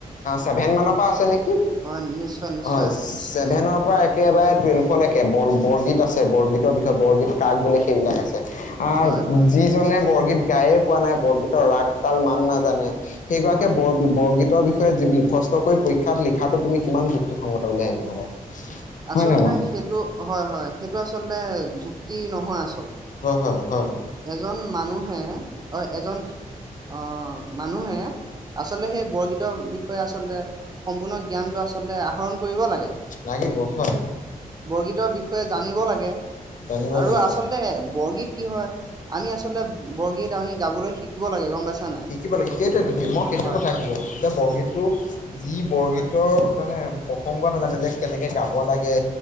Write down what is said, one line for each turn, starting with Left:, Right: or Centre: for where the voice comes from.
Left: ছেভেন মানৰ পৰা আছে নেকি?
Right: হয় নিশ্চয় নিশ্চয়
Left: হয়
Right: আছে
Left: চে
Right: নিশ্চয়
Left: ছেভেনৰ
Right: আছে
Left: পৰা একেবাৰে টুৱেলভলৈ একে বল আছে বৰগীতৰ বিষয়ে বৰগীত কাক বোলে সেইবিলাক আছে আহ
Right: হয় হয়
Left: যিজনে বৰগীত গায়ে পোৱা নাই বৰগীতৰ ৰাগ তাল মান নাজানে সেই গৰাকীয়ে
Right: হয়
Left: বৰ বৰগীতৰ বিষয়ে যি মুখস্থ কৰি পৰীক্ষাত লিখি শিক্ষাটো তুমি কিমান যুক্তিসংগত বুলি আহিছা বাৰু
Right: আচলতে
Left: হয় নে বাৰু
Right: সেইটো হয় হয় সেইটো আচলতে যুক্তি নহয় আ
Left: হয় হয়। হয়।
Right: এজন মানুহে অ এজন অ মানুহে, আচলতে সেই বৰগীতৰ বিষয়ে আচলতে সম্পূৰ্ণ জ্ঞানটো আচলতে আহৰণ কৰিব লাগে।
Left: লাগিব হয়
Right: বৰগীতৰ বিষয়ে জানিব লাগে
Left: জানিব
Right: আৰু
Left: লাগিব।
Right: আচলতে বৰগীত কি হয় আমি আচলতে বৰগীত আমি গাবলৈ শিকিব লাগে গম পাইছা নাই
Left: শিকিব লাগে সেইটোৱে টো মই সেইটো
Right: হয়
Left: কথাই
Right: হয়
Left: কব গৈছো যে বৰগীতটো যি বৰগীতৰ
Right: হয়
Left: মানে প্ৰসংগ নাজানে যে কেনেকে গাব লাগে